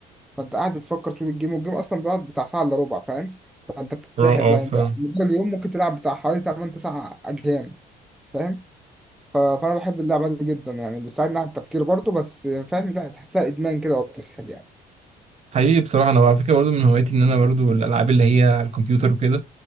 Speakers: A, in the centre; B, on the right (about 40°).
A: فانت قاعد بتفكر طول الجيم والجيم اصلا بيقعد بتاع ساعه الا ربع فاهم فانت بتتسحل
B: اه
A: بقى
B: فاهم
A: انت مدار اليوم ممكن تلعب بتاع حوالي 8 9 اجيال فاهم ف... فانا بحب اللعبه دي جدا يعني بتساعدني على التفكير برضه بس فاهم لا تحسها ادمان كده وبتسحل يعني
B: حقيقي بصراحة انا على فكرة برضو من هواياتي ان انا برضو الالعاب اللي هي على الكمبيوتر وكده